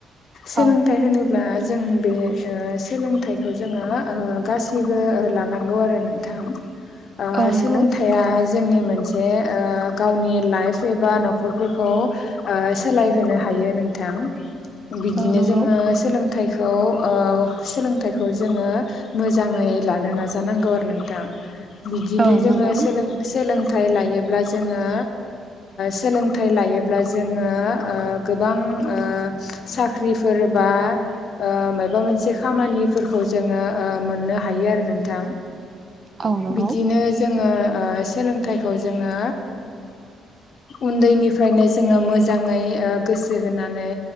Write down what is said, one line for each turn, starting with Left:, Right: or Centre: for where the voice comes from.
Left: सोलों
Right: औ
Left: थाइ होनोब्ला जों बे सोलोंथाइखौ जोङो गासैबो लानांगौ आरो ना। बिथां
Right: <inaudible>
Left: ओ
Right: नंगौ
Left: सोलोंथाइ मा जोंनि मोनसे गावनि लाइफ एबा न'खरफोरखौ सोलायहोनो हायो नोंथां बिदिनो
Right: औ नंगौ
Left: जोङो थाइखौ ओ सोलोंथाइखौ जोङो मोजाङै लानो नाजानांगौ आरो नोंथां बिदिनो
Right: औ
Left: जोङो
Right: नंगौ
Left: सोलों सोलोंथाइ लायोब्ला जोङो सोलोंथाइ लायोब्ला जोङो ओ गोबां ओ साख्रिफोर बा माबा मोनसे खामानिफोरखौ जोङो मोननो हायो आरो नोंथां।
Right: औ नंगौ
Left: बिदिनो जोङो सोलोंथाइखौ जोङो उन्दैनिफ्रायनो जोङो मोजाङै गोसो होनानै